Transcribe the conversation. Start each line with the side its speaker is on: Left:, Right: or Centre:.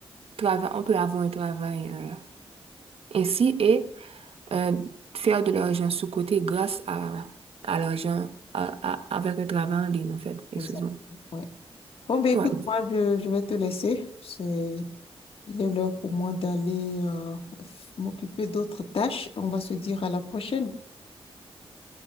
Right: trava- on peut avoir un travail, euh, ainsi et euh, faire de l'argent sous-côté grâce à, à l'argent à, à- avec le travail en ligne, en fait. Excuse-moi.
Left: exactement. Bon, ben écoute,
Right: Ouais.
Left: moi, je, je vais te laisser. C'est, il est l'heure pour moi d'aller euh, f- m'occuper d'autres tâches. On va se dire à la prochaine.